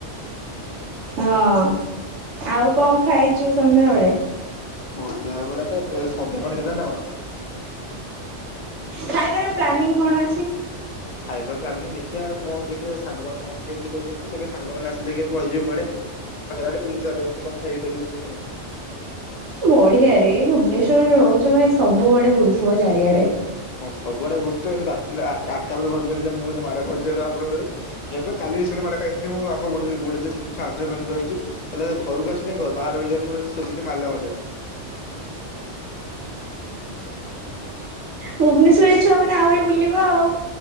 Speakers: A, on the right; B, on the left.
A: ହଁ ଆଉ କଣ ଖାଇଛୁ ସନ୍ଧ୍ୟାବେେଳେ।
B: ସନ୍ଧ୍ୟା ବେଳେ ତ ସନ୍ଧ୍ୟା କଣ ହେଲା ନା କଣ।
A: ଖାଇବାର ପ୍ଲାନିଂ କଣ ଅଛି।
B: ହାଇପାର ପ୍ଲାନିଂ ଦେଖିବା କଣ ଦେଖିବାେ ସାଙ୍ଗମାନେ ତ ଆସିବେ ବୋଲି କହୁଛନ୍ତିେ ସାଙ୍ଗମାନେ ଆସିବେ। ପଳଯିବ କୁଡେଡେୁ ସାରଛି କଣ ଖାଇ ଫେଛି ଆଉ।
A: ବଢିଆରେ ଭୁବନେଶ୍ଵରରେ ରହୁଛ ଭାଇ ସବୁ ବଡେ ବୁଲୁଥିବ ଚାରିଆଡେ,
B: ହଁ ସବୁଆଡେ ବୁତି ଆଠଟା ପରେ ଘରକୁ ଗଲେ ମୁ ଯେ ମାଡ଼ ଖାଉଛି ଆପଣଥରେ। ଏବେ କାଲି ମାଡ <unintelligible> ଖଥିଲି ମୁଁ ଆମ ଗୋଟ ଗୋ ହେକି। କହିଲ ଘକୁ ଆଶୁ କାହିଁ ଘର ବାହାର ରହିଯାଉନୁ, ସେତିକି ମାରିଲା ମତେ
A: ଭୁବନେଶ୍ୱରରେ ଛୁଆ ମାନେ ଆହୁରି ବୁଲିବା ଆଉ,